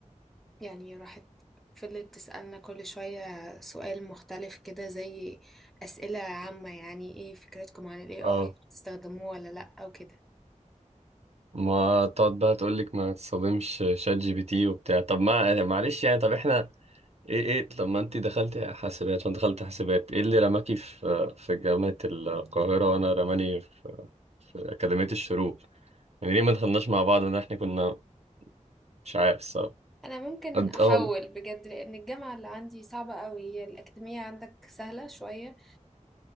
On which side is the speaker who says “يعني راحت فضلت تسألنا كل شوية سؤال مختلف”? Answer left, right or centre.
Centre